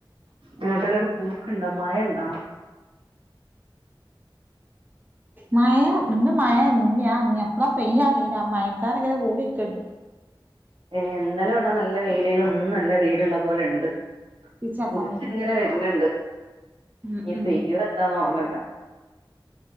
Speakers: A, on the right (about 90°); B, on the right (about 20°).
A: എങ്ങട്ടേലൊക്കെ പോക്കുണ്ടോ മഴ ഇണ്ടോ
B: മഴ ഇന്ന് മഴ ഇന്നയാ ഇനി എപ്പളാ പെയ്യാ അറിയില്ല മഴക്കാറ്ങ്ങനെ മൂടിക്കെണ്ട്
A: ഏഹ് ഇന്നലെ ഇവിടെ നല്ല വെയിലേനും ഇന്നും നല്ല വെയില്ള്ള പോലെ ഇണ്ട്
B: ചീച്ചാത്താൻ
A: ഉദിച്ച്
B: വേണ്ടി
A: ഇങ്ങനെ വെരുന്നുണ്ട്
B: ഉം
A: ഇനി
B: ഉം
A: പെയ്യോ എന്താ ഓർമ്മല്ല